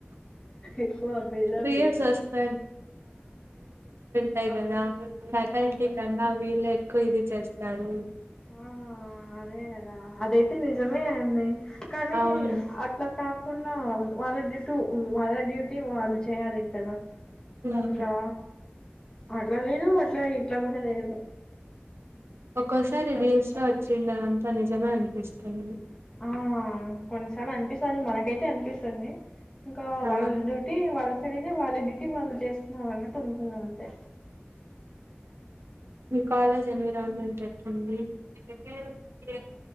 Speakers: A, on the left; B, on the right.
A: ఎక్కువ బిల్డప్లు
B: రియల్స్
A: ఇస్తారు
B: వస్తాంట టైగార ఫ్యాకల్టీ కన్నా వీళ్ళ ఎక్కువ ఇది చేస్త కారు
A: ఆ అదేనదా అదైతే ని జమే ఆయనే కానీ
B: అవును
A: అట్లా కా కున్న వాళ్ళ డ్యూటీ వాళ్ళ డ్యూటీ వాళ్ళు చేయ్యాలి కదా
B: హ్మ్.
A: ఇంకా అట్లా లేదు అట్లా ఇట్లా కూడా లేదు
B: ఒక సరే రీల్స్లో వచ్చిండ అంత నిజమే అనిపిస్తుంది
A: ఆ కొన్నిసార్లు అనిపిస్తుంది మనకైతే అనిపిస్తుంది ఇంకా
B: ఆ
A: వాళ్ళ డ్యూటీ వాళ్ళ అక్కడయితే వాళ్ళ డ్యూటీ వాళ్ళు చేస్తున్నారు అన్నట్టు ఉంటుంది అంతే
B: కాలేజ్ ట్రిప్ ఉంది <unintelligible> అ